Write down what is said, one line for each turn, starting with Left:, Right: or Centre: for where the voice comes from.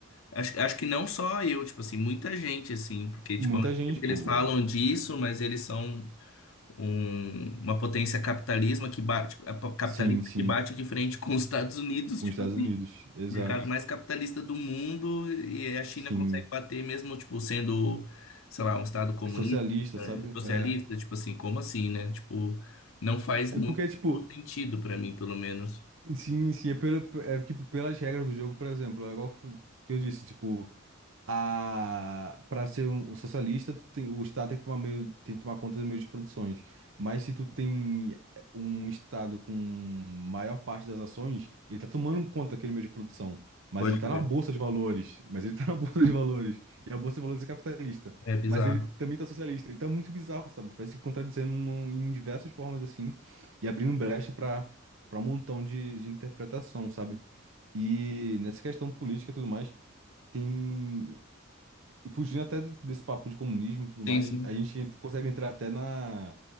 Left: acho, acho que não só eu, tipo assim, muita gente, assim, porque, tipo,
Right: Muita gente,
Left: eles
Right: pô.
Left: falam disso, mas eles são um- uma potência capitalismo que bate, a po- capitalista
Right: Sim, sim.
Left: que bate de frente com os Estados Unidos,
Right: Com
Left: tipo
Right: os Estados
Left: assim,
Right: Unidos, exato.
Left: o mercado mais capitalista do mundo, e a China
Right: Sim.
Left: consegue bater mesmo, tipo, sendo, sei lá, um estado comunista,
Right: É socialista,
Left: eh,
Right: sabe?
Left: socialista,
Right: É.
Left: tipo assim, como assim, né? Tipo, não faz
Right: É
Left: muito
Right: porque, tipo,
Left: sentido pra mim, pelo menos.
Right: sim, sim, é, pela, é tipo, pelas regras do jogo, por exemplo, é igual f- que eu disse, tipo, a para ser um socialista, tu tem, o Estado tem que tomar meio, tem que tomar conta dos meios de produções. Mas se tu tem eh, um Estado com maior parte das ações, ele tá tomando conta daquele meio de produção. Mas
Left: Pode
Right: ele tá
Left: crer.
Right: na bolsa de valores. Mas ele tá na <laughs> bolsa de valores. E a bolsa de valores é capitalista.
Left: É bizarro.
Right: Mas ele também tá socialista. Então é muito bizarro, sabe? Vai se contradizendo num- em diversas formas assim. E abrindo brecha para para um montão de, de interpretação, sabe? E nessa questão política e tudo mais. Tem. E fugindo até desse desse papo de comunismo e tudo mais,
Left: Sim, sim.
Right: a gente ent- consegue entrar até na,